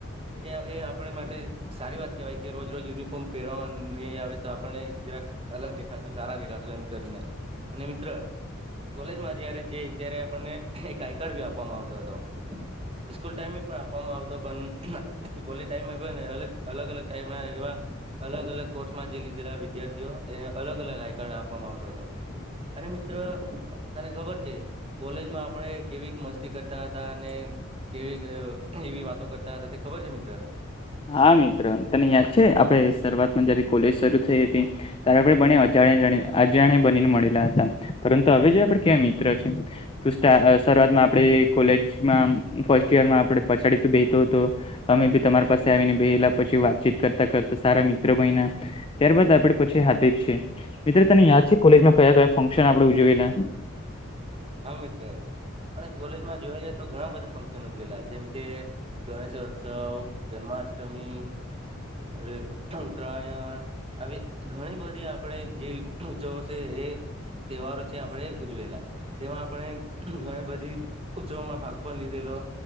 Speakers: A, on the right; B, on the left.
A: એ એ આપણે માટે સારી વાત કહેવાય કે રોજ રોજ યુનિફોર્મ પહેરવાવામાં નહીં આવે તો આપણને જરાક અલગ દેખાશું સારા દેખાશુ એમ કરીને અને મિત્ર કોલેજમાં જયારે જે જ્યારે આપણને એક <unintelligible> આપવામાં આવતો હતો સ્કૂલ ટાઈમે પણ આપવામાં આવતો પણ કોલી ટાઈમમાંને અ અલગ અલગ ટાઈમે એવા અલગ અલગ કોર્સમાં જે લીધેલા વિદ્યાર્થીઓ એને અલગ અલગ આઈકાર્ડ આપવામાં આવતો હતો. અને મિત્ર તને ખબર છે કોલેજમાં આપણે કેવી કા મસ્તી કરતા હતા અને કેવી ક એવી વાતો કરતા હતા તે ખબર છે મિત્ર.
B: હા મિત્ર તને યાદ છે આપણે શરૂઆત માં જારી કોલેજ શરૂ થઈ હતી ત્યારે પણ બને અજાણ જા આજે જાણે બનીને મળેલા હતા પરંતુ હવે જે આપડે ક્યાવા મિત્ર છે. શરૂઆતમાં આપે કોલેજમાં ફર્સ્ટ યરમાં આપે પછાડી તું બેતો હતો અમે બી તમારી પાસે આવીને બેલા પછી વાતચીત કરતા કરતા સારા મિત્ર બયના ત્યારબાદ આપે પછી હાથે જ છે મિત્રો તને યાદ છે કોલેજમાં કયા કયા ફંક્શન આપડે ઉજવેલા.
A: હા મિત્ર આપને કોલેજમાં જોયા જાય તો ઘણા બધા ફંક્શનો જોયેલા જેમ કે ગણેશ ઉત્સવ જન્માષ્ટમી <unintelligible> હું ઉત્તરાયણ આવી ઘણી બધી આપણે જે ઉત્સવ છે એ તહેવારો છે આપડે ઉજવેલા. તેમાં આપણે ઘણી બધી ઉત્સવમાં ભાગ પણ લીધેલો